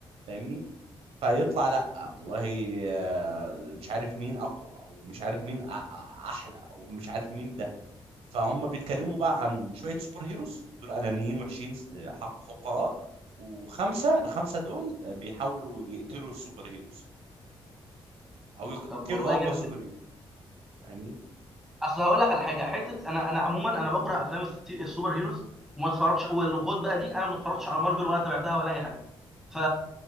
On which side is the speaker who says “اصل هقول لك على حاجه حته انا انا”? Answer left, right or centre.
Centre